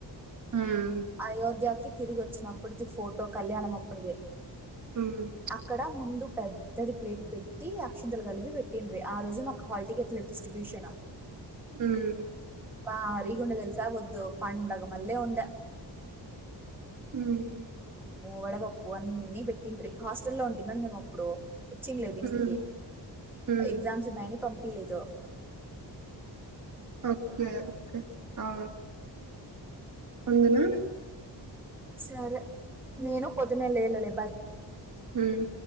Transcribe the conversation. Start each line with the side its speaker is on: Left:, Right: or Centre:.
Right: ఉమ్
Centre: అయోధ్యాకి తిరిగి వచ్చినప్పుటిది ఫోటో కళ్యాణం అప్పటిదే
Right: ఉమ్
Centre: అక్కడ ముందుక్ పెద్దది ప్లేట్ పెట్టి అక్షంతలు కలిపి పెట్టిన్రె ఆ రోజు మాకు హాల్ టికెట్లు డిస్ట్రిబ్యూషన్
Right: ఉమ్
Centre: బారీ గుండెతెల్సా వొద్దు పండగమల్లె ఉండ
Right: ఉమ్మ్
Centre: వడపప్పు అన్ని పెట్టిండ్రీ హాస్టలో ఉంటే మే మేము అప్పుడు వచ్చింలేదు
Right: ఉమ్
Centre: ఇంటికి
Right: ఉమ్
Centre: ఎగ్జామ్స్ ఉన్నాయని పంపి ఏదో <inaudible>
Right: ఓకే ఓకే ఆ అవునా
Centre: సరే నేను పొద్దున్న లేలలే బాయ్
Right: హుమ్